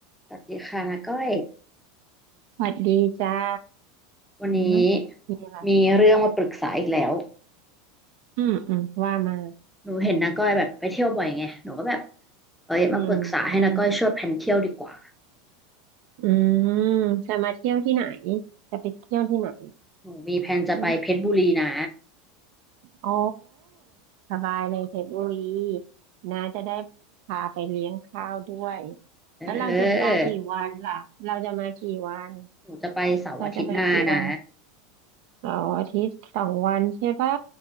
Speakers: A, in the centre; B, on the right.
A: สวัสดีค่ะนาก้อย
B: สวัสดีจ้า
A: วันนี้
B: อืมมีอะไร
A: มีเรื่องมาปรึกษาอีกแล้ว
B: อืมอืมว่ามา
A: หนูเห็นนาก้อยแบบไปเที่ยวบ่อยไงหนูก็แบบเอ้ยมาปรึกษาให้นาก้อยช่วยแผนเที่ยวดีกว่า
B: อืมอืมจะมาเที่ยวที่ไหน จะไปเที่ยวที่ไหน
A: หนูมีแผนจะไปเพชรบุรีนะ
B: อืมอ๋อสบายเลยเพชรบุรีนะจะได้พาไปเลี้ยงข้าวด้วย
A: เ
B: แล้วเราจะมากี่วันล่ะเราจะมากี่วัน
A: ออหนูจะไปเสาร์อาทิตย์หน้านะ
B: เราจะมากี่วันเสาร์อาทิตย์สองวันใช่ปะ